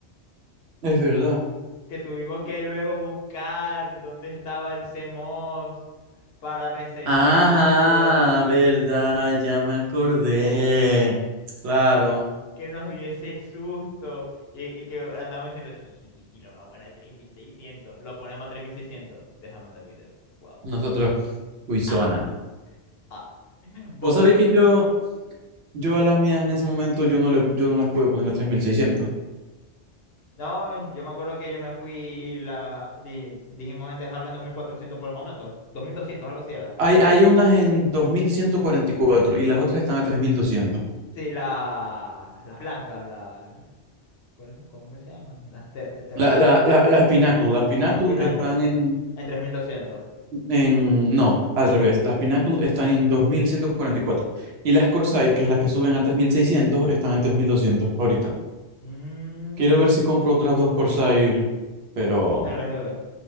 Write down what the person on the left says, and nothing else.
que tuvimos que luego buscar dónde estaba el CMOS para resetearlo,
que nos dio ese susto y, y que andamos diciendo, jijijiji, lo vamos a poner a tres mil seiscientos lo ponemos a tres mil seiscientos deja mandar video, wow.
Ah, ah. Vos,
no, yo me acuerdo que yo me fui, la, di- dijimos en dejarla en 2400 por el momento, 2200 algo así era.
Sí, la, las blancas, las, ¿cuáles son? ¿Cómo que se llaman? Las ter, termacro,
las pinnacle.
En tres mil doscientos
Mm,
RGB.